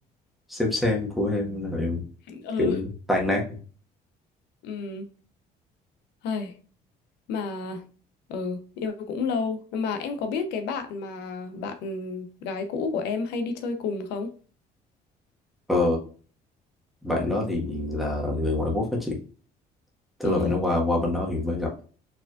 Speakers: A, in the centre; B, on the left (about 85°).
A: xem xem của em nên là em
B: ừ
A: kiểu tan nát
B: ừ hay mà ừ yêu cũng lâu mà em có biết cái bạn mà bạn gái cũ của em hay đi chơi cùng không
A: ờ, bạn đó thì là người ngoại quốc đó chị tức
B: ừ
A: là bạn nó qua qua bên đó thì mới gặp